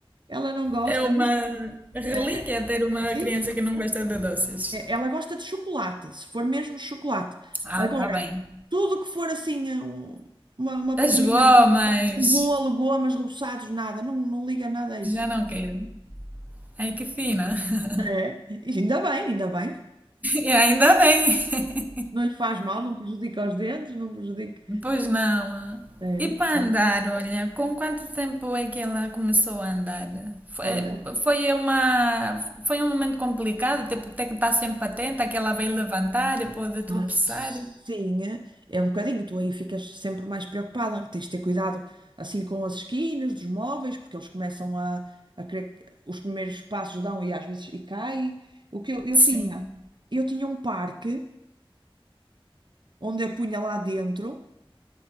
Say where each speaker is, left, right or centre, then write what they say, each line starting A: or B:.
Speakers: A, on the right (about 55°); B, on the right (about 15°).
A: Ela não gosta,
B: É uma
A: mas.
B: relíquia
A: eh, eh,
B: ter uma
A: sim,
B: criança que não gosta de doces.
A: eh, ela gosta de chocolate, se for mesmo chocolate.
B: Ah,
A: Agora,
B: tá bem.
A: tudo que for assim, eh, um- uma, uma papinha
B: As gomas,
A: mais doce, um bolo, gomas, reboçados, nada, não, não liga nada a
B: já
A: isso.
B: não quero. Ai, que fina. <laughs>
A: É. E ainda bem, ainda bem.
B: E ainda bem.
A: Não lhe faz mal, não prejudica os dentes, não prejudica.
B: Pois não.
A: É.
B: E para
A: Ela-
B: andar, olha, com quanto tempo é que ela começou a andar? Foi,
A: Olha,
B: foi uma, foi um momento complicado, tipo, ter que estar sempre atenta que ela vai levantar e pode tropeçar.
A: Ah, Sim, é um bocadinho. Tu aí ficas sempre mais preocupada. Tens de ter cuidado assim com as esquinas dos móveis, porque eles começam a, a querer, os primeiros passos dão e às vezes e caem. O que eu, eu
B: Sim.
A: tinha, eu tinha um parque onde eu punha lá dentro